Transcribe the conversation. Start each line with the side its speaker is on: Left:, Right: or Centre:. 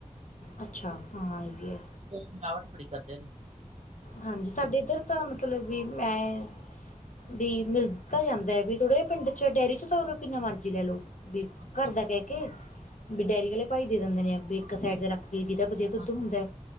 Left: ਅੱਛਾ ਹਾਂ ਇਹ ਵੀ ਐ।
Right: ਮਿਲਾਵਟ ਬੜੀ ਕਰਦੇ ਨੇ
Left: ਹਾਂਜੀ ਸਾਡੇ ਇੱਧਰ ਤਾਂ ਮਤਲਬ ਵੀ ਮੈ- ਵੀ ਮਿਲ ਤਾਂ ਜਾਂਦਾ, ਵੀ ਥੋੜੇ ਜਹੇ ਪਿੰਡ 'ਚ ਡੇਅਰੀ 'ਚ ਤਾਂ ਕਿੰਨਾ ਮਰਜ਼ੀ ਲੈ ਲੋ
Right: ਅੱਛਾ,
Left: ਘਰ ਦਾ ਕਹਿ ਕੇ ਵੀ
Right: ਅੱਛਾ,
Left: ਡੈਰੀ ਵਾਲੇ ਭਾਈ ਦੇ ਦਿੰਦੇ ਨੇ ਇਕ ਸਾਈਡ ਦਾ ਰੱਖ ਕੇ ਜਿਦਾ ਜੇ ਦੁੱਧ
Right: ਹਾਂਜੀ,
Left: ਹੁੰਦਾ